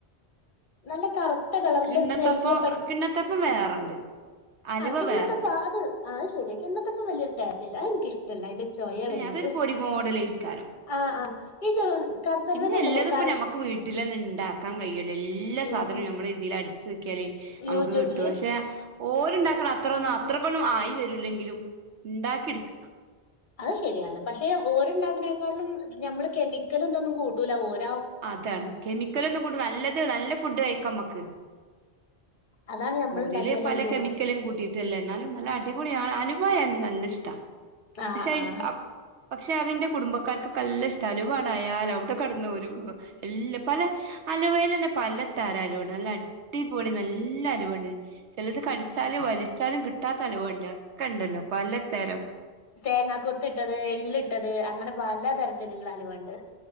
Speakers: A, on the left; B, on the right.
A: നല്ല കറുത്ത കളറില്
B: കിണ്ണത്തപ്പം
A: നെയകിപ്പെെട
B: കിണ്ണത്തപ്പം വേറെണ്ട്
A: ആ
B: അലുവ
A: ആഹ് കിണ്ണത്തപ്പ
B: വേറെണ്ട്
A: അത് ആഹ ശരി കിണ്ണത്തപ്പ വലിയൊരു ടാച്ചല്ല എനക്ക് ഇഷ്ടമല്ല അതിന്റെ ചൊയ വരുന്നത്
B: ഏ അതൊരു പൊടി മോടലയിക്കാലോ
A: ആ ഈ കറുത്തലുവൻ
B: പിന്നെ
A: ഉണ്ടല്ലോ
B: എല്ലാത്പ്പ
A: കറു
B: ഞമ്മക്ക് വീട്ടിൽന്നെ ഉണ്ടാക്കാൻ കഴിയ എല്ലാ
A: പിൻ
B: സാധനവും നമ്മൾ ഇതിൽ അടിച്ചു നോക്കിയാല് നമുക്ക്
A: യൂട്യൂബില്
B: കിട്ടും പക്ഷെ ഓര്ണ്ടാക്കണം അത്ര ഒന്നും അത്ര കൊന്നും ആയി വരൂല്ലെങ്കിലും ഉണ്ടാക്കി എടുക്ക
A: അത് ശരിയാണ് പക്ഷെ ഓരണ്ടാകതിനേക്കാളിലും നഞമ്മള് കെമിക്കല എന്തൊന്നും കൂട്ടൂല ഓരോ
B: അതാണ് കെമിക്കല ഒന്നും കൊണ്ട് നല്ലത് നല്ല ഫുഡ് കഴിക്കാംമ്മക്ക്
A: അതാണ് നമ്മൾ ഉണ്ടാക്കിയാലൊരു
B: രില് പല
A: ഗുണം
B: കെമിക്കലും കൂട്ടിയിട്ടല്ലേ എന്നാലും നല്ല അടിപൊളിയാണ് അനുഭവം നല്ല ഇഷ്ട
A: ആ
B: പക്ഷെ
A: ആ
B: പക്ഷെ അതിന്റെ കുടുംബ ക്കർക്ക കല്ല ഇഷ്ടാലുവേ അയയാാല അവിടെ കടന്ന പോ എല്ല് പല അലുവലല്ലെ പല ര അലവണ്ട് നല്ല അടിപൊളി നല്ല അലവുണ്ട് ചിലത് കടിച്ചാലും വലിച്ചാലും കിട്ടാ ലവുണ്ട് ക്ക ണ്ടല്ലോ പല്തരം
A: തേങ്ങാ കൊത്ത്ട്ടത് എള് ഇട്ടത് അങ്ങനെ പലതരത്തിലുള്ള അലവണ്ട്